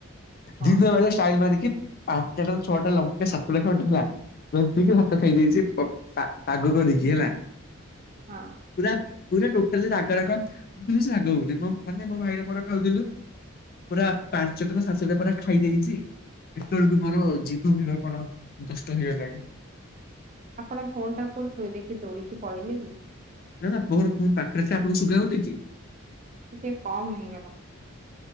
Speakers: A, on the right; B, on the left.
A: କଣ
B: ଦିନ ବେଳା ଷ୍ଟାଇଲ ମାରିକି ପାଞ୍ଚଟାରୁ ଛଅଟା ଲଙ୍କା ସାତୁଟା ଖଣ୍ଡେ ହେଲା। ଚକଟିକି ଭାତ ଖାଇ ଦେଇଚି ପା-ପାଗ କରକି ହେଲା
A: ହଁ
B: ପୁରା ପୁରା ତୋଟାଲୀ ରାଗ ରାଗ <unintelligible> ମୁଁ ମାନେ ମୋ ଭାଇରେ ମୋର ଖାଉଥୁଲୁ। ପୁରା ପାଞ୍ଚ ଟଙ୍କା ସାତଟା ପା ପୁରା ଖାଇଦେଇଚି। କେତେବେଳକୁ ମୋର ଜୀବ ଫିବ କଣ ନଷ୍ଟ ହେଇଗଲାଣି?
A: ଆପଣ ଫୋନ୍ ଟା କୋଉଠି ଥୋଇ ଦେଇକି ଦୌଡିକି ପଳେଇଲେେ କି?
B: ନା ନା ମୋର ଫୋନ୍ ପାଖରେ ଅଛି ଆପଣଙ୍କୁ ଶୁଭା ଯାଉନି କି?
A: ଟିକେ କମ ହେଇଗଲା।